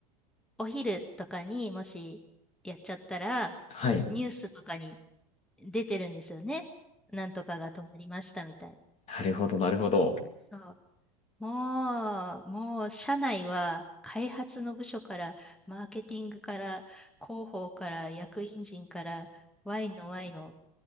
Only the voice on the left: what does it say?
はい。
なるほど、なるほど。